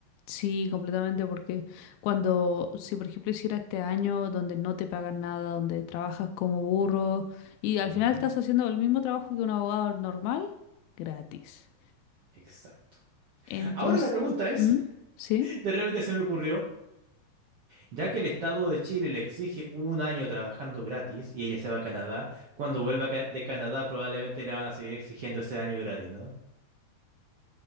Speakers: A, on the left; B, on the right.
A: Sí, completamente, porque cuando, si por ejemplo hiciera este año donde no te pagan nada, donde trabajas como burro y al
B: Ujú,
A: final estás haciendo el mismo trabajo que un abogado normal, gratis.
B: Exacto.
A: Entonces,
B: Ahora la pregunta es,
A: ¿Mm? ¿Sí?
B: <laughs> de repente se me ocurrió, ya que el Estado de Chile le exige un año trabajando gratis y ella se va a Canadá, cuando vuelva ca- de Canadá probablemente le van a seguir exigiendo ese año gratis, ¿no?